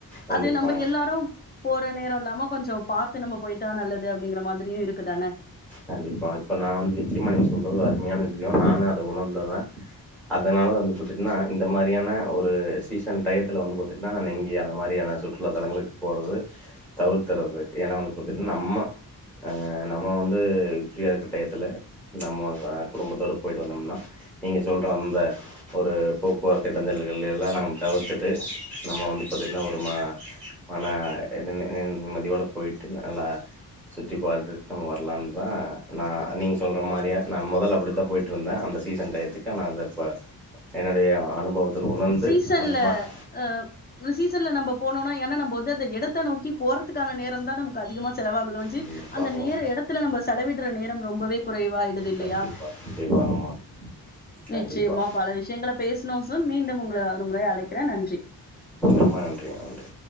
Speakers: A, in the centre; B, on the left (about 25°).
A: கண்டிப்பா
B: அது நம்ம எல்லாரு போற நேர இல்லாம கொஞ்ச பாத்து நம்ம போயிட்டா நல்லது அப்படிங்கிற மாதிரியு இருக்குதான
A: கண்டிப்பா இப்ப நா வந்து நிச்சயமா நீங்க சொல்றது அருமையான விஷய நானு அத உணர்ந்ததா அதனால வந்து பாத்துட்டினா இந்த மாதிரியான ஒரு சீசன் டயத்துல வந்து பாத்துட்டினா நா எங்கயு அந்த மாதிரியான சுற்றுலா தலங்களுக்கு போறது தவிர்த்தர்றது ஏனா வந்து பாத்துட்டினா நம்ம ஆ நம்ம வந்து ஃப்ரீயா இருக்க டயத்தில நம்ம குடும்பத்தோட போயிட்டு வந்தம்னா நீங்கள் சொல்ற அந்த ஒரு போக்குவரத்து இடைஞ்சல்கள்ல எல்லா நம் தவிர்த்துட்டு நம்ம வந்து பாத்துட்டினா ஒரு ம மன நி நி நிம்மதியோட போயிட்டு நல்லா சுற்றி பார்த்துட்டு நம்ம வ ர்லான்தா நா நீங்க சொல்ற மாரியா நா மொதல்ல அப்டித்தா போயிட்ருந்தே அந்த சீசன் டயத்துக்கு நா அத இப்ப என்னுடைய அனுபவத்துல உணர்ந்து
B: சீசன்ல
A: அந்த மாரி
B: அ சீசன்ல நம்ம போனோனா ஏனா நம்ம வ ந்து அந்த எடத்த நோக்கி போறதுக்கான நேரந்தா ந மக்கு அதிகமா செலவாகுதோஞ்சி
A: கண்டிப்பாக
B: அந்த நேர எடத்துல நம்ம செலவிடுற நேரம் ரொம்பவே குறைவாயிடுது இல்லையா
A: கண்டிப்பா கண்டிப்பாங்கம்மா
B: நிச்சயமா
A: கண்டிப்பா
B: பல விஷயங்கள பேசனும் சர் மீண்டும் உங்களை ஒருமுறை அழைக்கிறே நன்றி
A: ரொம்ப நன்றிங்க நன்றி